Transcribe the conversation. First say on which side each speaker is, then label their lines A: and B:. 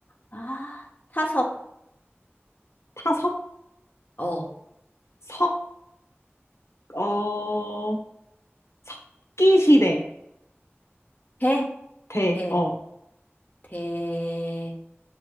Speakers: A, on the left (about 40°); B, on the left (about 85°).
A: 아, 타석.
B: 타석?
A: 어,
B: 석, 어, 석기시대.
A: 대,
B: 대,
A: 대,
B: 어.
A: 대.